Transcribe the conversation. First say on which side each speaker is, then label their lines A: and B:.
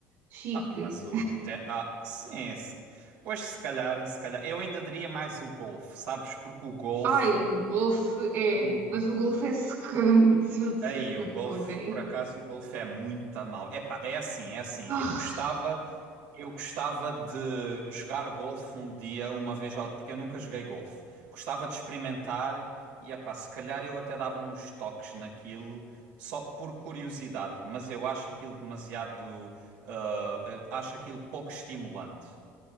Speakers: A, on the right; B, on the right.
A: chique.
B: Ah, mas o, o te- Ah, sim. Se... Pois se calhar, se calhar. Eu ainda diria mais o golfe, sabes? Porque o golfe.
A: Ai, o golfe é.
B: O...
A: Mas o golfe é secante. <laughs> Eu não sei
B: Ei,
A: como
B: o golfe,
A: é que alguém.
B: por acaso, o golfe é muito mal. Epá, é assim, é assim.
A: Ah,
B: Eu gostava. Eu gostava de jogar golfe um dia, uma vez ou porque eu nunca joguei golfe. Gostava de experimentar e, epá, se calhar eu até dava uns toques naquilo, só por curiosidade, mas eu acho aquilo demasiado, ah, acho aquilo pouco estimulante.